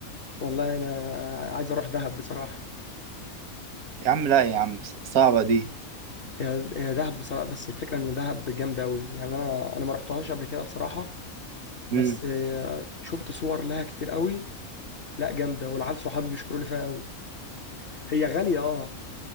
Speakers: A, on the left; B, on the right.
A: والله انا عايز اروح دهب بصراحة
B: يا عم لا يا عم ص- صعبة دي
A: هي هي دهب بصراحة بس الفكرة ان دهب جامدة قوي يعني انا انا ما رحتهاش قبل كده بصراحة بس
B: امم
A: آه، شفت صور لها كتير قوي لا جامدة والعيال صحابي بيشكروا لي فيها قوي هي غالية اه